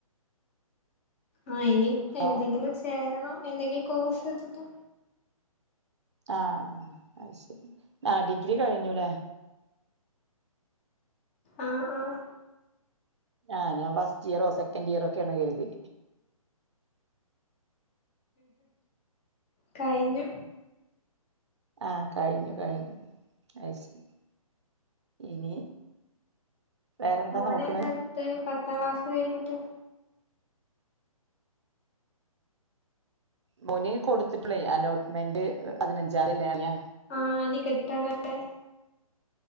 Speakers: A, on the left; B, on the right.
A: ആ ഇനി
B: ഹലോ
A: എന്തെങ്കിലും ചെ ണോ എന്തെങ്കിലും കോഴ്സ് എടുത്തിട്ട്
B: ആഹ് അത് ശരി ആ ഡിഗ്രി കഴിഞ്ഞുലെ
A: ആ ആ
B: ആഹ് ഞാൻ ഫസ്റ്റ് ഇയറോ സെക്കൻഡ് ഇയറൊക്കെയാണ് കരുതി
A: കഴിഞ്ഞു
B: ആഹ് കഴിഞ്ഞു കഴിഞ്ഞു അയ്ശരി ഇനി വേറെന്താ
A: മോൻ
B: നോക്കണ്
A: ഏതാടുതെ പത്താം ക്ലാസ് കഴിഞ്ഞിട്ട്
B: മോന് കൊടുത്തപ്ലെ അലോട്ട്മെന്റ് പതിനെഞ്ചാന്തില്ലേ അറിയ
A: ആഹ് ഇനി കിട്ടണല്ലേ